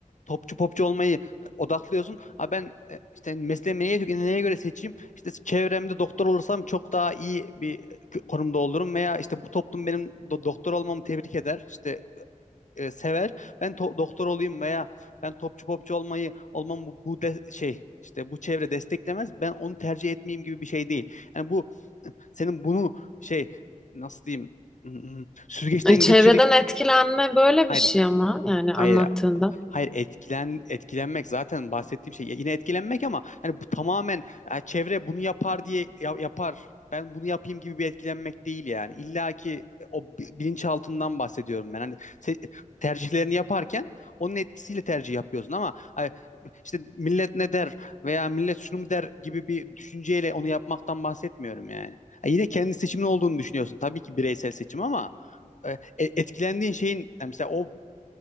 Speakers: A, on the left; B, in the centre.
A: topçu popçu olmayı e, odaklıyorsun. Ha ben e, işte mesleğimi neye, neye göre seçeyim? İşte çevremde doktor olursam çok daha iyi bir e, konumda olurum veya işte bu toplum benim do- doktor olmamı tebrik eder. İşte e, sever. Ben to- doktor olayım veya ben topçu popçu olmayı olmam bu, bu de- şey işte bu çevre desteklemez. Ben onu tercih etmeyeyim gibi bir şey değil. Yani bu senin bunu şey nasıl diyeyim hmm, süzgeçten
B: E,
A: geçir
B: Çevreden etkilenme böyle
A: hayır
B: bir şey ama yani
A: Hayır,
B: anlattığında.
A: hayır etkilen etkilenmek zaten bahsettiğim şey. Ya Yine etkilenmek ama hani bu tamamen "Ya çevre bunu yapar diye ya- yapar. Ben bunu yapayım gibi bir etkilenmek değil yani. İlla ki o bi- bilinçaltından bahsediyorum ben. Hani se- tercihlerini yaparken onun etkisiyle tercih yapıyorsun ama hani işte millet ne der veya millet şunu mu der gibi bir düşünceyle onu yapmaktan bahsetmiyorum yani. Ha, yine kendi seçimin olduğunu düşünüyorsun. Tabii ki bireysel seçim ama e, etkilendiğin şeyin yani mesela o